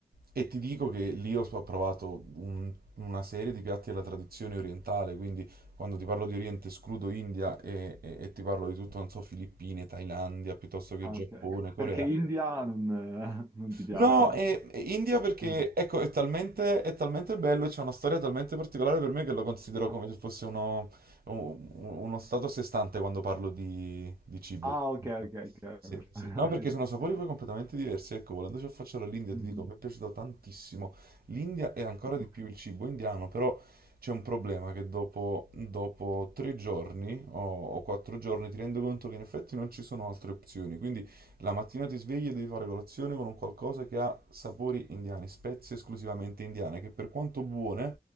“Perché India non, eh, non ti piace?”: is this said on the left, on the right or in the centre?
Right